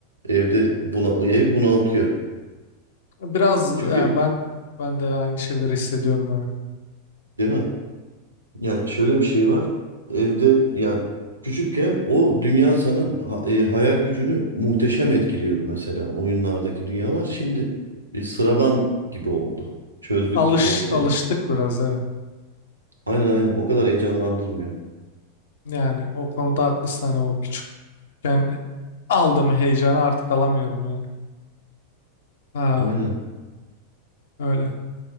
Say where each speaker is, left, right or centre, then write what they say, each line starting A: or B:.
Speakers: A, on the right; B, on the left.
A: Evde buna ev bunaltıyor.
B: Biraz
A: Çünkü
B: ya ben ben de aynı şeyleri hissediyorum evet.
A: değil mi? Yani şöyle bir şey var. Evde yani küçükken o dünya sanın ha- e, hayal gücünü muhteşem etkiliyordu mesela oyunlardaki dünyalar. Şimdi bir sıradan gibi oldu. Çözdük
B: Alış
A: gibi oldu
B: alıştık
A: ya.
B: biraz evet.
A: Aynen aynen o kadar heyecanlandırmıyor.
B: Yani o konuda haklısın hani o küçükken aldığım heyecanı artık alamıyorum yani. Ha
A: Aynen.
B: öyle.